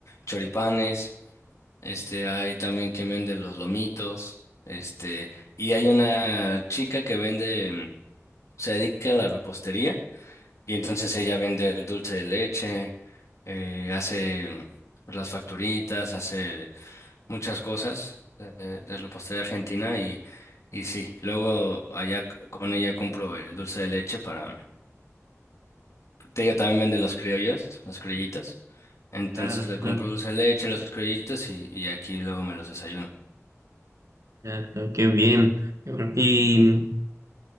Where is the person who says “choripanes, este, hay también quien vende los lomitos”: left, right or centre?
Left